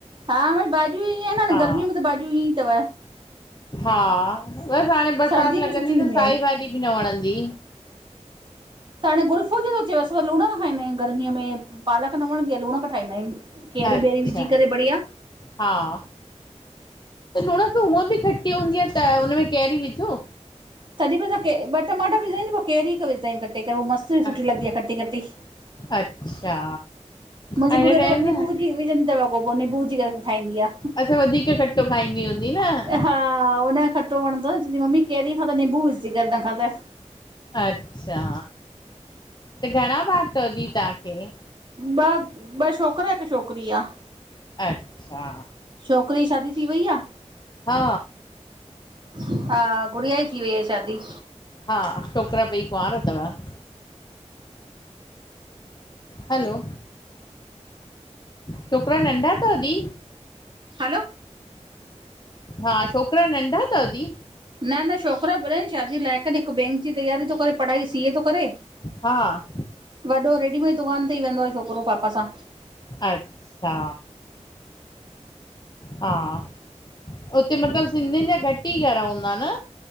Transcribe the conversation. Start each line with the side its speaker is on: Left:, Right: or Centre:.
Right: हा भई भाडीयूं ईअं न
Left: हा
Right: गर्मीअ में त भाडीयूं ईअं तव।
Left: हा बस हाणे बरसात
Right: सर्दीअ
Left: लॻंदी
Right: में सुठियूं
Left: त
Right: ईंदियूं
Left: साई,
Right: आहिनि
Left: भाॼी बि न वणंदी।
Right: त हाणे गुलफ़ू जो थो अचे असां लूणक खाईंदा आहियूं गर्मीअ में पालक न वणंदी आहे लूणक खाईंदा आहियूं। केरी
Left: अच्छा
Right: बेरी विझी करे, बढ़िया।
Left: हा त लुणक हूअं बि खटी हूंदी आ, त हुन में कैरी विझो?
Right: तॾहिं बि असा ॿ टमाटा विझंदायूं, पोइ केरी हिक विझंदायूं, कटे करे पो मस्त सुठी
Left: अच्छा
Right: लगदी आ खटी- खटी।
Left: अच्छा।
Right: मुंहिंजी
Left: ऐं
Right: गुड़िया,
Left: हिन टाइम
Right: त वरी निबू
Left: न
Right: विजी विझंदी पो निबू विजी करे ठाईंदी आ।
Left: अच्छा, वधीक खटो खाईंदी हूंदी न?
Right: हा, हुनखे खटो वणंदो चईंदी मम्मी केरी खा, त निंबू विझी करे खा तंहिंखां त।
Left: अच्छा, त घणा बा्र तव दी तव्हांखे?
Right: ॿ ॿ छोकरा, हिक छोकरी आ।
Left: अच्छा
Right: छोकरे, जी शादी थी वई आ।
Left: हा
Right: हा, गुड़िया जी, थी वई आ शादी।
Left: हा छोकरा, ॿई कुंवारा तव- - हलो छोकरा, नंढा तव दी।
Right: हलो,
Left: हा, छोकरा नंढा तव दी।
Right: न न छोकरा वडा ईन, शादी लाइक़ इन हिक बैंक जी तयारी थो करे, पढ़ाई सीए तो करे।
Left: हाँ,
Right: वॾो रेडीमेड दुकान ते ई वेंदो आ, छोकरो पापा सां।
Left: अच्छा, हाँ। उते मतलब सिंधियन जा घट ई, घर हूंदा न।